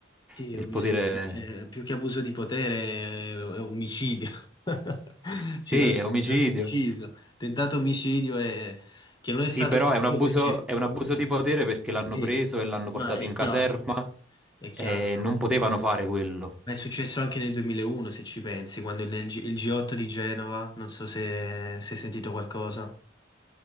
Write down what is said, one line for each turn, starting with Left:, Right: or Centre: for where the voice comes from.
Left: Sì,
Centre: <laughs> il
Left: ho visto
Centre: potere...
Left: che c'è- più che abuso di potere è, è omicidio. <laughs>
Centre: Sì,
Left: Ce l'hanno
Centre: è omicidio.
Left: l'hanno ucciso. Tentato omicidio è, che non è
Centre: Sì,
Left: stato
Centre: però
Left: omicidio
Centre: è un abuso,
Left: perché...
Centre: è un abuso
Left: eh,
Centre: di potere perché l'hanno
Left: sì,
Centre: preso e l'hanno
Left: no,
Centre: portato
Left: è
Centre: in
Left: chiaro,
Centre: caserma
Left: è chiaro.
Centre: e
Left: no.
Centre: non potevano fare quello.
Left: Ma è successo anche nel 2001, se ci pensi, quando nel G- il G8 di Genova, non so se, se hai sentito qualcosa.